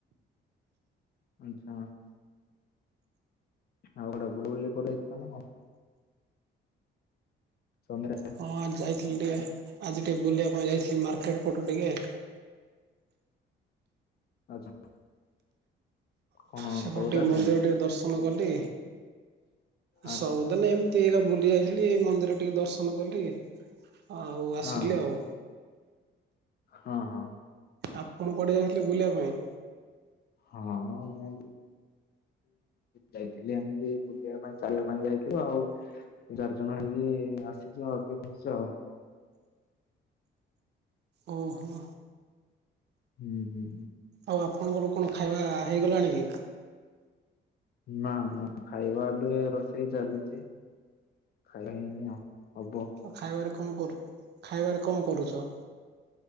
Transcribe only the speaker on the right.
ହଁ ଯାଇଥିଲି ଟିକେ ଆଜି ଟିକେ ବୁଲିବା ପାଇଁ ଯାଇଥିଲି ମାର୍କେଟ ପଟୁ ଟିକେ।
ସେପଟ
ଟିକେ ମନ୍ଦିର
ଟିକେ ଦର୍ଶନ କଲି
ସଉଦାନ ଏମ ତି ଏକା ବୁଲି ଯାଇଥିଲି ଏ ମନ୍ଦିର ଟିକେ ଦର୍ଶନ କଲି ଆଉ ଆସିଲି
ଆଉ।
ଆପଣ କୁଆଡେ ଯାଇଥିଲେ ବୁଲିବା ପାଇଁ?
ଓହୋ।
ଆଉ ଆପଣଙ୍କର କଣ ଖାଇବା ହେଇଗଲାଣି କି?
ଖାଇବାରେ କଣ କରୁ ଖାଇବାରେ କଣ କରୁଛ?